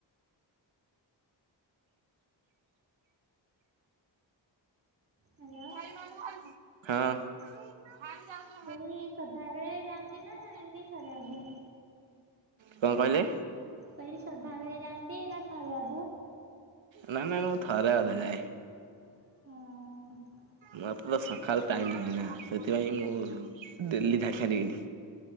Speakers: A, on the right; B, on the right.
A: ହ୍ୟାଲୋ?
B: <inaudible> ହଁ <inaudible>
A: ହେ ସଧାବେଳେ ଯାଆନ୍ତି ନା, ଏମିତି ଥରେ ଅଧେ?
B: କଣ କହିଲେ?
A: କହିଲି, ସନ୍ଧ୍ୟାବେଳେ ଯାଆନ୍ତି? ନା ଥରେ ଅଧେ?
B: ନାଇଁ, ନାଇଁ, ମୁଁ ଥରେ ଅଧେ ଯାଏ।
A: <unintelligible>
B: ମତେ ତ ସକାଳୁ ଟାଇମ୍ ନଥିଲା ନା, ସେଥିପାଇଁ ମୁଁ ଡେଲି ଯାଇପରିବିନି।